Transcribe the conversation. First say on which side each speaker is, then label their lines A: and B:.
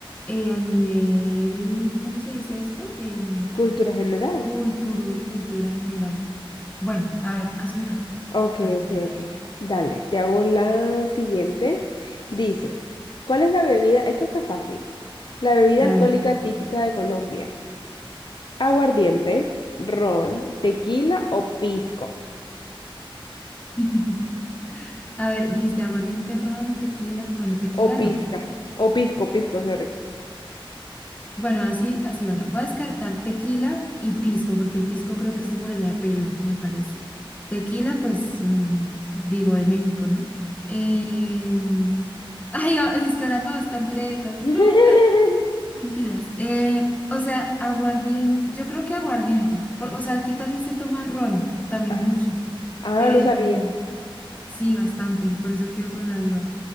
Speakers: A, on the left; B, on the left.
A: eh, a nivel, ¿cómo se dice esto? Em,
B: Cultura general.
A: Cultura, cultura general. Bueno, ahora hazme otra.
B: Ok,
A: A ver
B: ok,
A: qué tal.
B: ok. Dale, te hago la siguiente. Dice, ¿cuál es la bebida? Esta está fácil. La bebida
A: A
B: alcohólica
A: ver.
B: típica de Colombia. Aguardiente, ron, tequila o pisco.
A: <laughs> A ver, dijiste aguardiente, ron, tequila. Bueno, tequila
B: O pizca.
A: no.
B: O pisco, pisco, sorry.
A: Bueno, así, así, bueno. Voy a descartar tequila y pisco, porque el pisco creo que es de por allá de Perú, me parece. Tequila, pues, mm, digo, de México, ¿no? Em, <laughs> ay, a- es que ahora no, están entre esas.
B: <laughs>
A: No. Mentiras. Eh, o sea, aguardiente. Yo creo que aguardiente. por- o sea, aquí también se toma ron, también
B: Ah,
A: mucho.
B: ah,
A: Pero
B: no sabía.
A: sí, bastante. Por eso quedo con la duda.